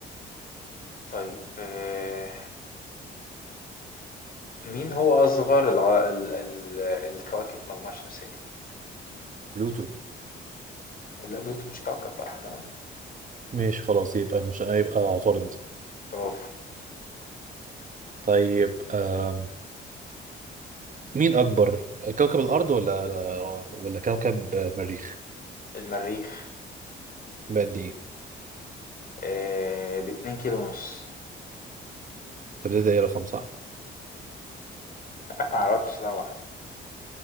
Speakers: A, on the left; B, on the right.
A: طيب آه، مين هو اصغر الع... ال... ال... الكواكب المجموعة الشمسية
B: بلوتو
A: لا بلوتو مش كوكب بقى احنا قلنا
B: ماشي خلاص يبقى مش هيبقى عطارد
A: برافو
B: طيب آم، مين اكبر كوكب الارض ولا ولا كوكب المريخ
A: المريخ
B: بقد ايه
A: آه، باتنين كيلو ونص
B: طب ده ايه رقم صح
A: <laughs> معرفش طبعا